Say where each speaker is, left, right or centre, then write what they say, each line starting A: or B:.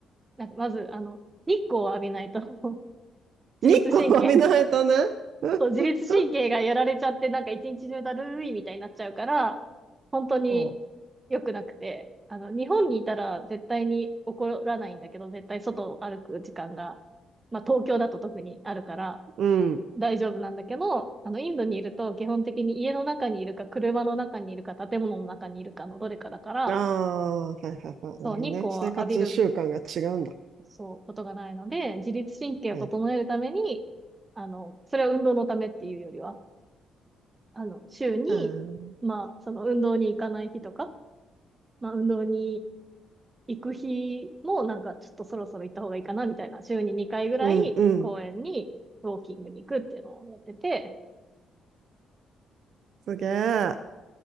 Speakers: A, on the right; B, on the right.
A: なんかまず、あの、日光を浴びないと <laughs> 自律神経
B: 日光浴びないとね。<laughs>
A: そう、自律神経がやられちゃって、なんか一日中だるいみたいになっちゃうから、本当に良くなくて、
B: そ
A: あの、日本にいたら絶対に怒らないんだけど、絶対外を歩く時間が、まあ東京だと特にあるから
B: ううん。
A: 大丈夫なんだけど、あの、インドにいると基本的に家の中にいるか、車の中にいるか、建物の中にいるかのどれかだから、
B: ああ、はいはいはい。なるほどね。
A: そう、日光は浴びる、
B: 生活習慣が違うんだ。
A: そう、ことがないので、自律神経を整えるために、
B: はいはい。
A: あの、それは運動のためっていうよりは、あの、週に、
B: あー
A: まあ、その運動に行かない日とか、まあ、運動に行く日も、なんか、ちょっとそろそろ行った方がいいかな、みたいな、週に2回ぐらい公園にウォーキングに行くっていうのをやってて、
B: うんうん。すげえ。